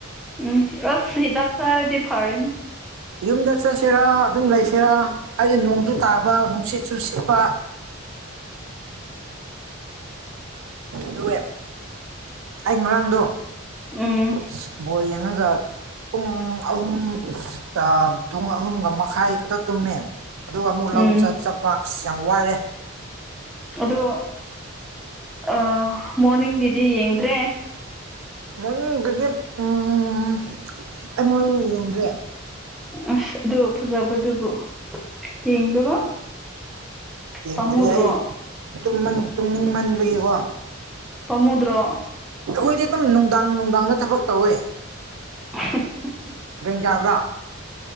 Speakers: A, in the centre; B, on the right.
A: ꯎꯝ ꯑ ꯍꯤꯗꯥꯛ ꯆꯥꯔꯗꯤ ꯐꯔꯅꯤ
B: ꯌꯨꯝꯗ ꯆꯠꯁꯤꯔꯥ ꯑꯗꯨꯝ ꯂꯩꯁꯤꯔꯥ ꯑꯩ ꯅꯣꯡꯖꯨ ꯇꯥꯕ ꯅꯨꯡꯁꯤꯠꯁꯨ ꯁꯤꯠꯄ ꯇꯨꯌꯦ ꯑꯩ ꯉꯔꯥꯡꯗꯣ
A: ꯎꯝ
B: ꯑꯁ ꯕꯣꯜ ꯌꯦꯡꯉꯒ ꯄꯨꯡ ꯑꯍꯨꯝ ꯑ ꯄꯨꯡ ꯑꯍꯨꯝꯒ ꯃꯈꯥꯢ ꯈꯛꯇ ꯇꯨꯝꯃꯦ ꯑꯗꯨꯒ ꯑꯃꯨꯛ
A: ꯎꯝ
B: ꯂꯧ ꯆꯠ ꯆꯠꯄ ꯑꯁ ꯌꯥꯝ ꯋꯥꯔꯦ
A: ꯑꯗꯣ ꯑ ꯃꯣꯔꯅꯤꯡꯒꯤꯗꯤ ꯌꯦꯡꯗ꯭ꯔꯦ
B: ꯃꯣꯔꯅꯤꯡꯒꯤꯗꯤ ꯎꯝ ꯑꯩ ꯃꯣꯔꯅꯤꯡꯒꯤ ꯌꯦꯡꯗ꯭ꯔꯦ
A: ꯑꯁ ꯑꯗꯨ ꯐꯖꯕꯗꯨꯕꯨ ꯌꯦꯡꯗꯕ
B: ꯌꯦꯡꯗ꯭ꯔꯦ
A: ꯄꯥꯝꯃꯨꯗ꯭ꯔꯣ
B: ꯑꯩ ꯇꯨꯝꯃꯟ ꯇꯨꯡꯅꯤꯡꯃꯟꯕꯒꯤꯀꯣ
A: ꯄꯝꯃꯨꯗ꯭ꯔꯣ
B: ꯑꯩꯈꯣꯢꯗꯤ ꯑꯗꯨꯝ ꯅꯨꯡꯗꯥꯡ ꯅꯨꯡꯗꯥꯡꯗ ꯊꯕꯛ ꯇꯧꯋꯦ
A: <unintelligible>
B: <unintelligible>